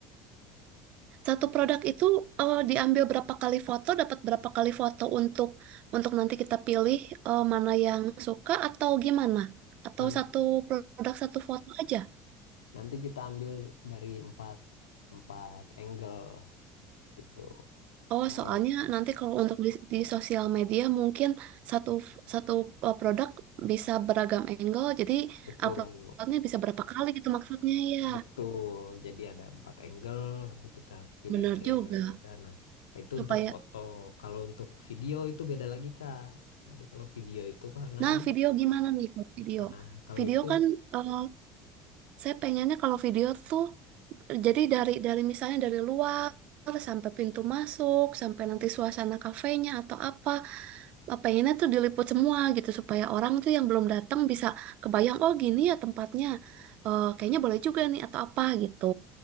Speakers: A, on the right (about 55°); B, on the left (about 80°).
A: Satu produk itu eh, diambil berapa kali foto, dapat berapa kali foto untuk untuk nanti kita pilih eh, mana yang suka atau gimana? Atau
B: Nan-
A: satu produk satu foto aja?
B: Nanti kita ambil dari empat, empat angle gitu.
A: Oh,
B: Angle
A: soalnya nanti kalau untuk di, di sosial media mungkin satu satu eh, produk bisa beragam angle, jadi
B: betul,
A: uploadnya bisa berapa kali gitu maksudnya ya.
B: betul. Jadi ada empat angle, nanti kita pilih
A: Benar
B: dari
A: juga.
B: angle yang berbeda. Nah, itu
A: Supaya
B: untuk foto. Kalau untuk video itu beda lagi, Kak. Nanti kalau video itu karena
A: Nah,
B: kan,
A: video gimana nih Kak? video?
B: nah kalau
A: Video
B: itu
A: kan eh, Saya pengennya kalau video tuh jadi dari dari misalnya dari luar sampai pintu masuk, sampai nanti suasana kafenya atau apa, eh, pengennya tuh diliput semua gitu supaya orang tuh yang belum datang bisa kebayang oh gini ya tempatnya. Eh, kayaknya boleh juga nih atau apa gitu.